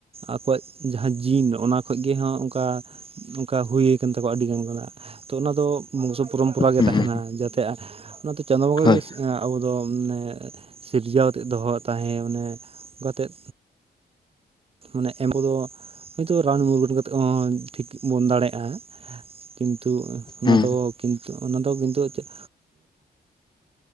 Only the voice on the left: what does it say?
ᱦᱩᱸ
ᱦᱳᱭ
ᱦᱩᱸ